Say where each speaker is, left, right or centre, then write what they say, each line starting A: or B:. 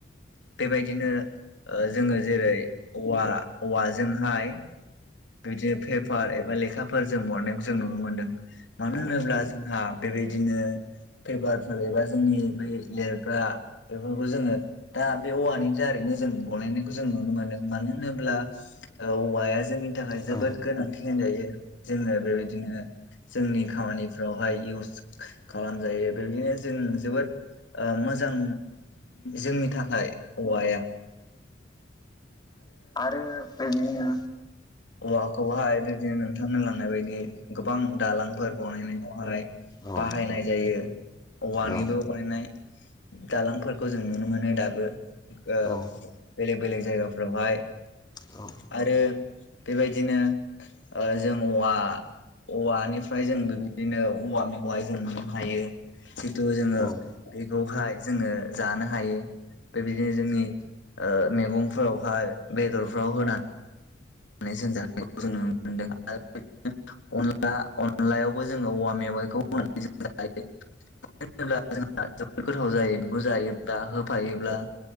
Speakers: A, on the left (about 80°); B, on the left (about 25°).
A: बेबायदि बिदिनो जोङो जेरै औवा औवाजोंहाय बिदिनो पेपार एबा लेखाफोर जों बरनायखौ जों नुनो मोन्दों मानो होनोब्ला जोंहा बेबायदिनो पेपारफोर एबा जोंनि बै लिरग्रा बेफोरखौ जोङो दा बे औवानि दारैनो जों बलायनायखौ जों नुनो मोनदों मानो होनोब्ला औवाया जोंनि थाखाय
B: औ
A: जोबोद गोनांथि होनजायो जोङो बेबायदिनो जोंनि खामानिफ्रावहाय इउस खालामजायो बेदिनो जों जोबोद मोजां जोंनि थाखाय औवाया
B: आरो बिदिनो
A: औवाखौहाय बिदिनो नोंथांनो लांनाय बायदि गोबां दालांफोर बनायनायावहाय
B: औ
A: बाहायनाय जायो औवानिबो
B: औ
A: बानायनाय दालांफोरखौ जों नुनो मोनो दाबो बेलेग
B: औ
A: बेलग जायगाफोरावहाय
B: औ
A: आरो बेबायदिनो जों औवा औवानिफ्राय जों बेबायदिनो औवा मैगंहाय जों मोननो हायो जिथु जोङो
B: औ औ
A: बेखौहाय जोङो जानो हायो बेबायदिनो जोंनि ओ मैगंफोरावहाय बेदरफ्राव होनानै जों नुनो मोनदों आरो अनला अनलायाव बो जोङो औवा मेवाइखौनानै जायो मानो होनोब्ला जोंहा जोबोद गोथाव जायो बेखौ जायोब्ला होफायोब्ला